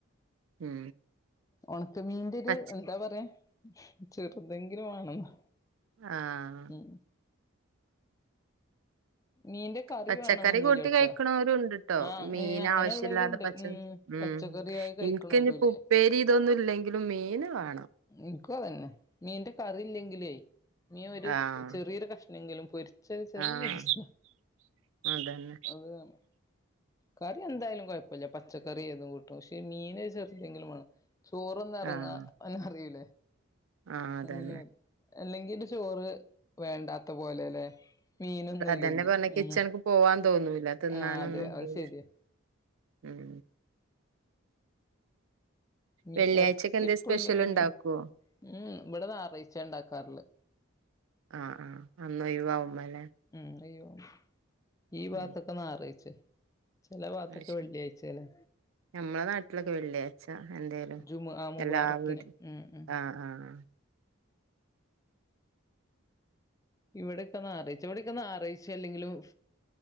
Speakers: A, on the right; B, on the left.
A: ഉം
B: ഉണക്ക മീന്റെ ഒരു
A: പച്ച
B: എന്താ പറയാ ചെറുതെങ്കിലും വേണം ന്നാ
A: ആഹ്
B: ഉം ഉം മീന്റെ കറി
A: പച്ചക്കറി
B: വേണന്നൊന്നുല്ല
A: കൂട്ടി കഴിക്ക്ണോരും
B: ട്ടോ
A: ണ്ട്ട്ടോ
B: ആഹ്
A: മീൻ
B: അങ്ങനെയുള്ളവരുണ്ട്
A: ആവശ്യല്ലാതെ പച്ച
B: ഉം
A: ഉം
B: പച്ചക്കറിയായി കഴിക്കണോരുല്ലേ
A: ഇൻക്ക് ഇനി ഉപ്പേരി ഇതൊന്നും ല്ലെങ്കിലും മീന് വേണം
B: ഇൻക്കു അതെന്നെ മീന്റെ കറിയില്ലെങ്കിലെ മീൻ ഒരു
A: ആഹ്
B: ചെറിയൊരു കഷ് ല്ലെങ്കിലും പൊരിച്ച ഒരു ചെറിയ
A: ആഹ്
B: കഷ്
A: അതന്നെ
B: അ <unintelligible> കറി എന്തായാലും കുഴപ്പമില്ല പച്ചക്കറി ഏതും കൂട്ടും പക്ഷെ മീന് ചെറുതെങ്കിലും വേണം ചോറന്ന് ഇറങ്ങാ
A: ആഹ്
B: എന്നറിയൂലെ
A: ആഹ് അതന്നെ
B: അങ്ങനെ അല്ലെങ്കില് ചോറ് വേണ്ടാത്ത പോലെ ലെ മീനൊന്നും ഇല്ലെങ്കി
A: അതെന്നെ പറഞ്ഞ കിച്ചണക്ക്
B: ഉം
A: പോവാൻ തോന്നുല തിന്നാനൊന്നും
B: ആഹ് അതെ അത്
A: ഇല്ലെങ്കില്
B: ശരിയാ
A: ഉം
B: മീ
A: വെള്ളിയാഴ്ചക്കെ
B: ഇറച്ചി
A: എന്തേ
B: എപ്പളും
A: സ്പെഷ്യൽ
B: ഇല്ലെങ്കിലും
A: ഉണ്ടാക്കുവോ
B: മീൻ ഉ ഇവിടെ ഞാറാഴ്‌ച്ചാ ഉണ്ടാക്കാറ്ള്ളെ
A: ആഹ് ആഹ് അന്ന് ഒഴിവാവുമ്പം ല്ലേ
B: ഉം ഒഴിവാ ഈ ഭാഗത്തൊക്കെ
A: ഉം
B: ഞായറായിച്ചേ ചില ഭാഗത്തൊക്കെ
A: അത് ശരി
B: വെള്ളിയാഴ്ചേണ്
A: ഞമ്മളെ നാട്ടിലൊക്കെ വെള്ളിയാഴ്‌ച്ചാ എന്തേലും
B: ജുമുഅ മുബാറക്കിന്
A: എല്ലാ വീട്ടി
B: ഉം ഉം
A: ആഹ് ആഹ് ആഹ്
B: ഇവിടൊക്കെ ഞായറാഴ്‌ച്ച ഇവിടൊക്കെ ഞായറാഴ്‌ച്ച അല്ലെങ്കിലും